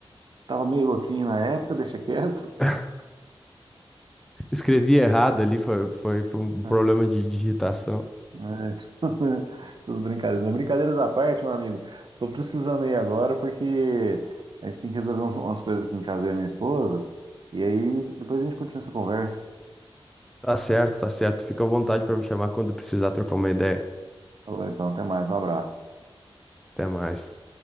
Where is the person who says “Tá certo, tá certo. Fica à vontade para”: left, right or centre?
Centre